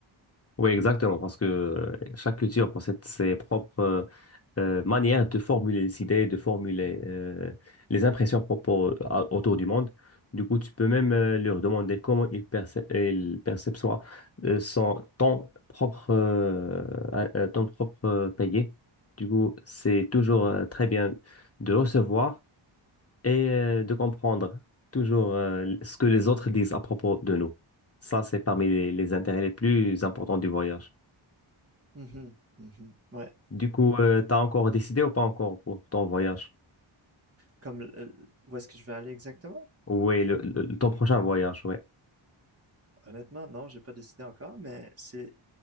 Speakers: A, on the left (about 30°); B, on the right (about 30°).
A: Oui, exactement, parce que euh, chaque culture possède ses propres euh, euh, manières de formuler les idées, de formuler euh, les impressions propos- à- autour du monde. Du coup, tu peux même euh, leur demander comment ils, perce- ils perçoivent euh, son- ton propre, euh, euh, ton propre euh, pays. Du coup, c'est toujours euh, très bien de recevoir et euh, de comprendre toujours euh, ce que les autres disent à propos de nous. Ça, c'est parmi les, les intérêts les plus importants du voyage.
B: Mhm, mhm. Ouais.
A: Du coup, euh, t'as encore décidé ou pas encore pour ton voyage?
B: Comme, euh, où est-ce que je vais aller exactement?
A: Oui, le, le- ton prochain voyage, ouais.
B: Honnêtement, non, j'ai pas décidé encore, mais c'est